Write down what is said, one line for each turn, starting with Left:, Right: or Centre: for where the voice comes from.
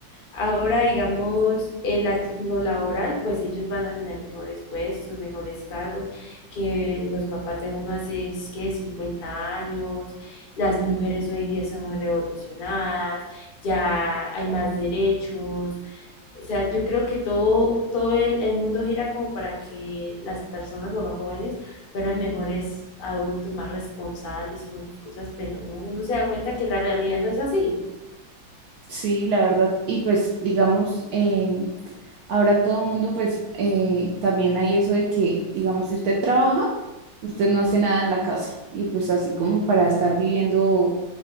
Left: Ahora, digamos, el ac- lo laboral, pues ellos van a tener mejores puestos, mejores cargos, que los papás de uno hace, es que 50 años, las mujeres hoy en día están muy revolucionadas, ya hay más derechos, o sea, yo creo que todo, todo el, el mundo gira como para que las personas o los jóvenes fueran mejores adultos, más responsables con sus cosas, pero no, uno se da cuenta que la realidad no es así.
Right: Sí, la verdad. Y pues, digamos, eh, ahora todo el mundo, pues, eh, también hay eso de que, digamos, si usted trabaja, usted no hace
Left: Sí,
Right: nada en la casa. Y pues así como para estar viviendo